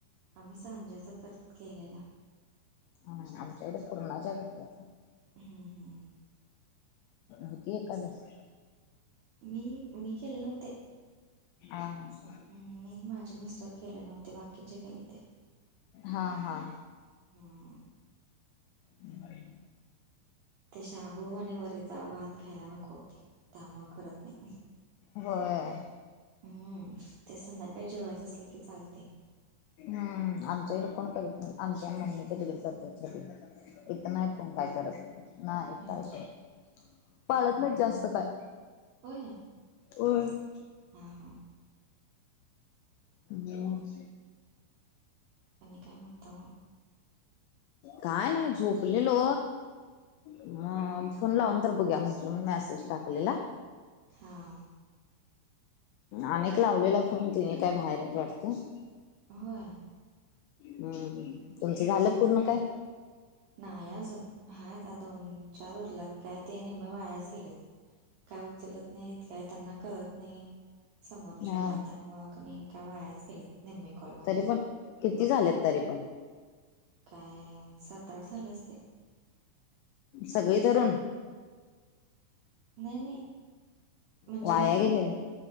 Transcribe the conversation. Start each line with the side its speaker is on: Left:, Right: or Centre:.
Right: आम्ही सांजाचा कर केलेला.
Left: हा आमच्याकड पूर्णाच्या करत्यात.
Right: हं, हं.
Left: होती एकादस.
Right: मी मी केले नव्हते.
Left: आ हा.
Right: मी माझे मिस्टर गेले नव्हते बाकीचे गेलते.
Left: हा हा.
Right: हम्म.
Left: हं.
Right: ते शाबू आणि वरीचा भात खायला नको होते त्यामुळे करत नाही.
Left: होय.
Right: हम्म ते संध्याकाळी जेवायच असलं की चालते.
Left: आमच्या इकड कोण करत नाही आमच्या मम्मीच्या तीकडे करतात सगळी. इत नाही तो काय करत, नाही
Right: हां.
Left: काय करत पाळत
Right: हं.
Left: नाहीत जास्त काय.
Right: होय?
Left: होय -
Right: हां, हां.
Left: म <unintelligible>
Right: आणि काय म्हणता मं?
Left: काय नाही झोपलेलो, म फोन लावून तर बघूया म्हटलं, म्हणून मॅसेज टाकलेला.
Right: हां.
Left: आनि एक लावलेला फोन, तिने काय बाहेर आहेत वाटतं.
Right: होय.
Left: हम्म, तुमचं झालं पूर्ण काय?
Right: नाही अजून, हायता दोन चार उरल्यात, काय ते निम्मं वायाच गेलेत. काय उचलत नाही, काय त्यांना कळत नाही. समोरच्याला
Left: हा
Right: त्यामुळं क नि, काय वायाच गेलेत निम्मे कॉल माझे.
Left: तरी पण किती झालेत तरी पण?
Right: काय सात आठ झाले असतील.
Left: सगळी धरून.
Right: नाही नाही, म्हणजे
Left: वाया गेले